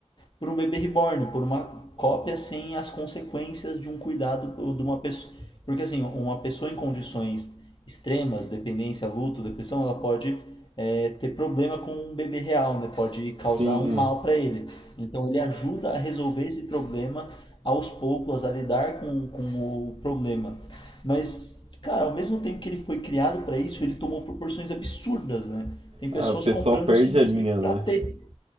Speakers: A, on the left (about 45°); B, on the right (about 55°).
A: por um bebê reborn, por uma cópia sem as consequências de um cuidado de uma pessoa. Porque assim, uma pessoa em condições extremas, dependência, luto, depressão, ela pode é, ter problema com um bebê real, né? Pode causar
B: Sim.
A: um mal para ele. Então ele ajuda a resolver esse problema aos poucos, a lidar com, com o problema. Mas, cara, ao mesmo tempo que ele foi criado para isso, ele tomou proporções absurdas, né? Tem pessoas
B: Ah, o pessoal
A: comprando
B: perde
A: simplesmente
B: a linha,
A: para
B: né?
A: ter.